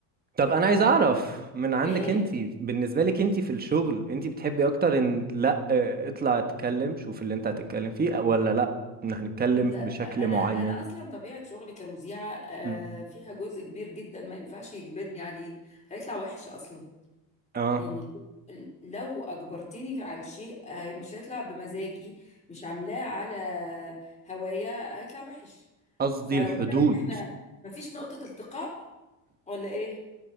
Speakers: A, on the right; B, on the left.
A: طب انا
B: آه،
A: عايز اعرف من عندك
B: ايه
A: انت بالنسبه لك انت في الشغل انت بتحبي اكتر ان لا اه، اطلع اتكلم شوف اللي انت هتتكلم فيه ولا لا ان هنتكلم
B: لا
A: بشكل
B: انا
A: معين
B: انا اصلا طبيعه شغلي كمذيعه آه،
A: مم.
B: فيها جزء كبير جدا ما ينفعش يجبرني عليه هيطلع وحش اصلا
A: اه
B: يعني لو لو اجبرتني عن شيء آه، مش هيطلع بمزاجي مش عاملاه على هوايا هيطلع وحش
A: قصدي
B: فواضح
A: الحدود
B: ان احنا مفيش نقطه التقاء ولا ايه